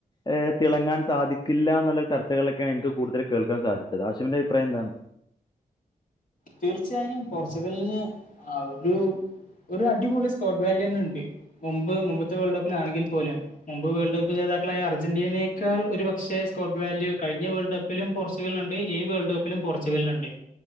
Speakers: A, on the left; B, on the left.
A: ഏ തിളങ്ങാൻ സാധിക്കില്ല ന്ന്ള്ള ചർച്ചകളൊക്കെയാണ് എനിക്ക് കൂടുതൽ കേൾക്കാൻ സാധിച്ചത് ആശിമിന്റെ അഭിപ്രായം എന്താണ്
B: തീർച്ചയായും പോർച്ചുഗലിന് ആഹ് ഒരു- ഒരു അടിപൊളി സ്കോട്ട് വാലിയന്ണ്ട് മുമ്പ് മുമ്പത്തെ വേൾഡ് കപ്പിലാണേങ്കിൽ - പോലെ മുമ്പ് വേൾഡ് കപ്പ് ജേതാക്കളായ അർജന്റീനയെക്കാൾ ഒരു പക്ഷേ സ്കോട്ട് വാല്യൂ കഴിഞ്ഞ വേൾഡ് കപ്പിലും- പോർച്ചുഗലിന്ണ്ട് ഈ വേൾഡ് കപ്പിലും പോർച്ചുഗലിന്ണ്ട്